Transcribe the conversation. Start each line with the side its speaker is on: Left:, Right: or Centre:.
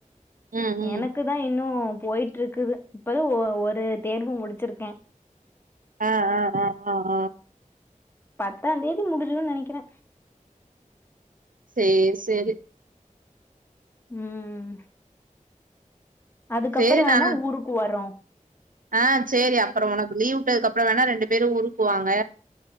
Right: ம் ம்
Left: எனக்கு தா இன்னு போயிட்ருக்குது இப்பதா ஒ ஒரு தேர்வு முடிச்சுருக்கே
Right: ஆ ஆ அ ஆ ஆ
Left: பத்தாந் தேதி முடிஞ்சுருனு நெனைக்கிறே
Right: சேரி சேரி
Left: ம் ம் அதுக்கப்பறோ
Right: சேரி
Left: வேணா
Right: நானு
Left: ஊருக்கு வரோ
Right: ஆ சேரி அப்பறோ ஒனக்கு லீவ் வுட்டதுக்கு அப்பறோ வேணா ரெண்டு பேரு ஊருக்கு வாங்க